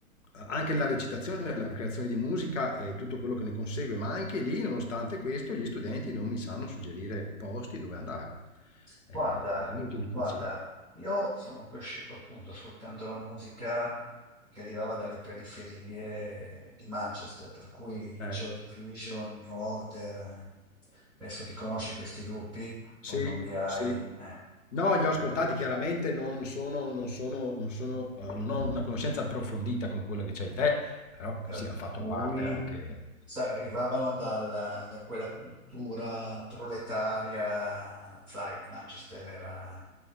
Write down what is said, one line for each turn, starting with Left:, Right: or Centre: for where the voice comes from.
Left: anche la recitazione, la creazione di musica e tutto quello che ne consegue, ma anche lì, nonostante questo, gli studenti non mi sanno suggerire posti dove andare. Eh,
Centre: Guarda,
Left: è molto difficile.
Centre: guarda, io sono cresciuto appunto ascoltando la musica che arrivava dalle periferie di Manchester, per cui
Left: Eh,
Centre: Joy Division, New Order, eh. adesso ti conosci questi gruppi
Left: sì,
Centre: o non li hai?
Left: sì.
Centre: eh.
Left: No, li ho ascoltati, chiaramente non sono, non sono, non sono, eh, non ho una conoscenza approfondita come quella che c'hai te, però
Centre: per
Left: sì, hanno fatto
Centre: cui,
Left: parte anche.
Centre: sai, arrivavano dal- da quella cultura proletaria, sai, Manchester era